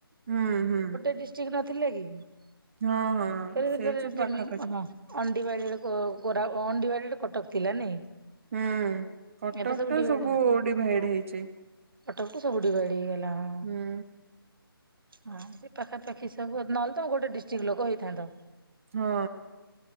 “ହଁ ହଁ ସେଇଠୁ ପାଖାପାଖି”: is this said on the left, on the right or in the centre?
Right